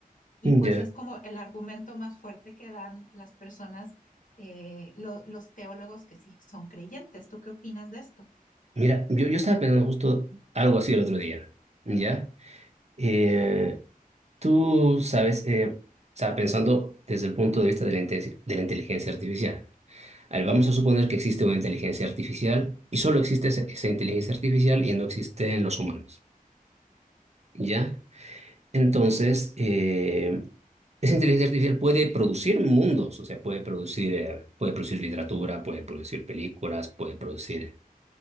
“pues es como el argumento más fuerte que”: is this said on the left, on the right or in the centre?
Left